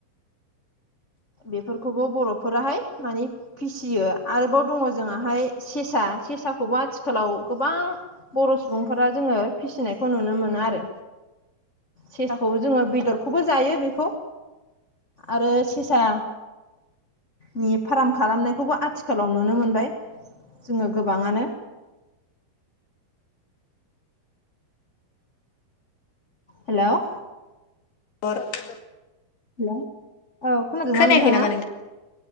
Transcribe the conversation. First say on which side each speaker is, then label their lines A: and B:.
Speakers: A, on the left (about 80°); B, on the left (about 55°).
A: <unintelligible>
B: बेफोरखौबो बर'फोराहाय मानि फिसियो आरोबाव दङ जोंहाहाय सेसा सेसाखौबो आथिखालाव गोबां बर' सुबुंफोरा जोङो फिसिनायखौ नुनो मोनो आरो। सेसाखौ जोङो बेदरखौबो जायो बे आरो सेसा नि फार्म खालामनायखौबो आथिखालाव नुनो मोनबाय जोङो गोबाङानो। हेलौ
A: <unintelligible>
B: हेल' औ खोनादोंना
A: खोनायाखै
B: नोंथाङा?
A: नामा